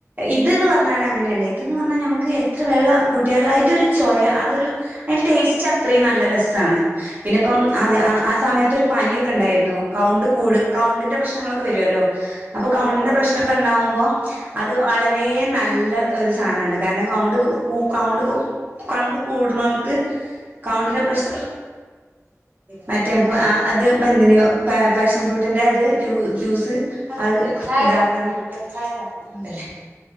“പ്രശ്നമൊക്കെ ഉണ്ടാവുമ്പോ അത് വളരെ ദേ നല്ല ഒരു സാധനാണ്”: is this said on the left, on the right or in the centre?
Right